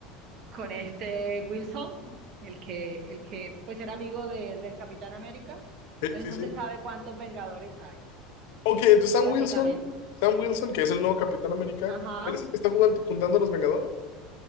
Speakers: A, on the right (about 50°); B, on the left (about 70°).
A: con este Wilson, el que, el que pues era amigo del del Capitán América.
B: Sí.
A: Entonces
B: Sí,
A: no
B: sí, sí.
A: se sabe cuántos Vengadores hay,
B: Ok, entonces Sam
A: básicamente.
B: Wilson, Sam Wilson, que es el nuevo Capitán América,
A: Ajá.
B: él es el que está jugando, juntando a los Vengadores.